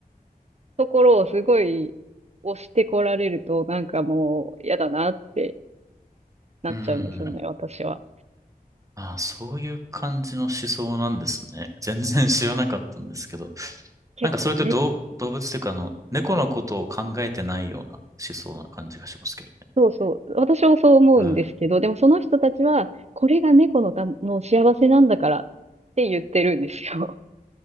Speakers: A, on the right; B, on the right.
A: <laughs> ところをすごい押してこられると、なんかもう嫌だなってなっちゃうんですよね、
B: うん。うん。
A: 私は。
B: ああ、そういう感じの思想なんですね。<laughs> 全然知らなかったんですけど。
A: 結構ね。
B: なんかそれって動、動物っていうか、あの、猫のことを考えてないような思想な感じがしますけど
A: そうそう。私もそう思うんですけど、
B: ね。はい。
A: でもその人たちは、これが猫のた、の幸せなんだからって言ってるんですよ。